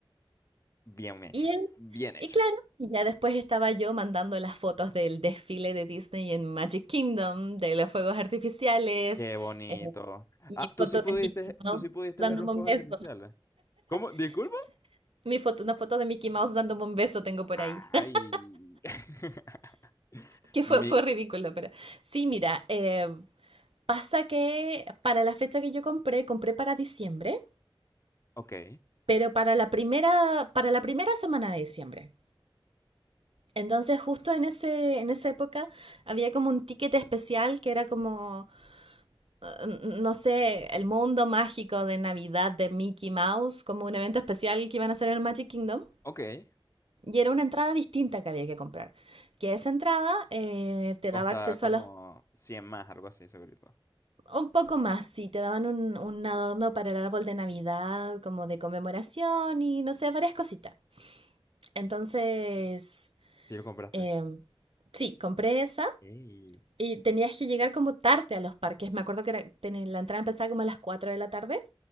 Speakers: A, on the left; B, on the right.
A: Bien hecho.
B: Y, él-
A: Bien hecho.
B: y claro, y ya después estaba yo mandando las fotos del desfile de Disney en Magic Kingdom, de los fuegos artificiales,
A: Qué bonito.
B: eh, mi
A: Ah, tú
B: foto
A: sí pudiste,
B: de Mickey Mouse
A: tú sí pudiste
B: dándome
A: ver los fuegos
B: un beso.
A: artificiales. ¿Cómo?
B: <laughs>
A: ¿Disculpa?
B: Mi foto, una foto de Mickey Mouse dándome un beso tengo por
A: Ay.
B: ahí. <laughs>
A: <laughs>
B: Que fue,
A: Mi,
B: fue ridículo, pero sí, mira, eh, pasa que para la fecha que yo compré, compré para diciembre,
A: ok,
B: pero para la primera, para la primera semana de diciembre. Entonces, justo en ese, en esa época había como un ticket especial que era como, eh, no sé, el mundo mágico de Navidad de Mickey Mouse, como un evento especial que iban a hacer en el Magic Kingdom.
A: ok.
B: Y era una entrada distinta que había que comprar. Que esa entrada eh, te
A: Costa
B: daba acceso
A: como
B: a los...
A: cien más, algo así, segurito.
B: Un poco más, sí, te daban un, un adorno para el árbol de Navidad, como de conmemoración y no sé, varias cositas. Entonces,
A: Si lo compraste.
B: eh, sí, compré esa
A: Ey.
B: Y tenías que llegar como tarde a los parques. Me acuerdo que era- ten- la entrada empezaba como a las cuatro de la tarde.